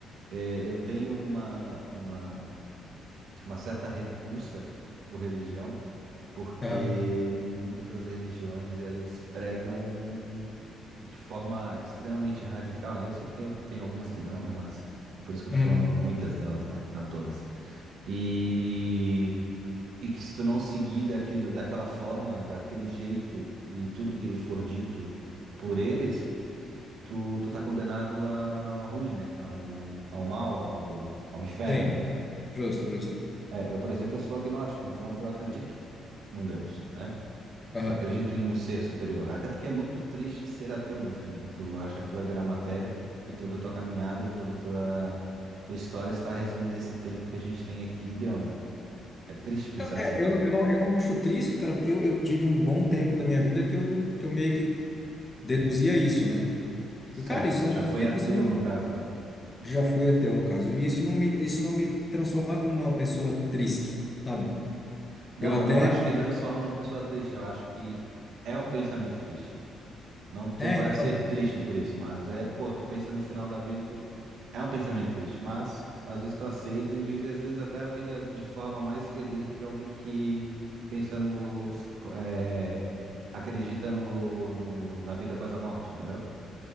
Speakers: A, on the right; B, on the left.
A: É, eu tenho uma, uma, uma certa repulsa por religião, porque
B: Aham.
A: mu- muitas das religiões elas pregam de forma extremamente radical, né? Eu sei que tem, outro- tem algumas que não, né? Mas por isso que eu
B: Uhum.
A: tô falando muitas delas, né? Não todas. E E que se tu não seguir daquilo, daquela forma, daquele jeito e tudo que for dito por eles, tu, tu tá condenado ao ruim, né? Ao, ao mal, ao, ao inferno,
B: Tem.
A: né?
B: Justo, justo.
A: É, eu, por exemplo, eu sou agnóstico, então eu acredito num Deus, né?
B: Aham.
A: Eu acredito em um ser superior. Até porque é muito triste ser ateu no fim, né? Tu acha que tu vai virar matéria e toda a tua caminhada, toda a tua, tua história está resumida a esse tempo que a gente tem aqui e deu, né? É triste pensar
B: Então, é,
A: assim,
B: eu,
A: ó.
B: não- eu não, eu não acho triste, cara, porque eu, eu tive um bom tempo da minha vida que eu, que eu meio que deduzia isso, né?
A: Certo.
B: E, cara, isso
A: Tu
B: não
A: Já
B: fazia,
A: foi ateu,
B: isso não,
A: no caso, então.
B: já fui ateu, no caso. E
A: Hum.
B: isso não me, isso não me transformava numa pessoa triste, sabe?
A: Não,
B: Eu até,
A: eu não acho que transforma numa pessoa triste. Eu acho que é um pensamento triste. Não, tu
B: é,
A: vai
B: então.
A: ser triste por isso, mas é, pô, tu pensa no final da vida e tu. É um pensamento triste, mas às vezes tu aceita e vive, às vezes, até a vida de forma mais feliz do que alguém que pensa no. é, acredita no, no- na vida após a morte, entendeu?